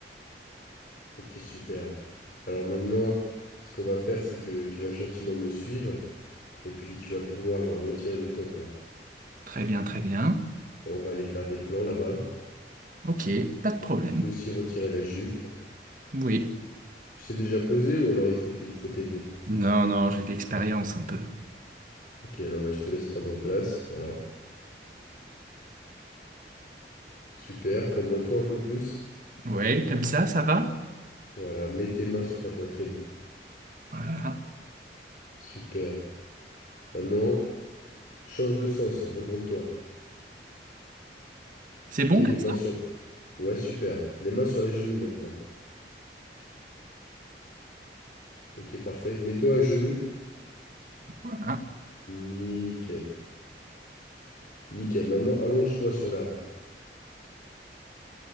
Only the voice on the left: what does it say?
Ok, super. Alors maintenant, ce qu'on va faire, c'est que tu vas gentiment me suivre et puis tu vas pouvoir euh, retirer le top là.
On va aller faire des plans là-bas.
Tu peux aussi retirer la jupe.
Tu sais déjà poser ou alors il faut t- il faut t'aider.
Ok, alors bah, je te laisse prendre place. Voilà. Super. Cambre-toi un peu plus.
Voilà. Mets tes mains sur ta poitrine.
Super. Maintenant, change de sens. hein, Retourne-toi.
Ok,
les
mains
sur... Ouais, super. Les mains sur les genoux maintenant. Ok, parfait. Mets-toi à genoux.
Nickel. Nickel. Maintenant, allonge-toi sur l'arme.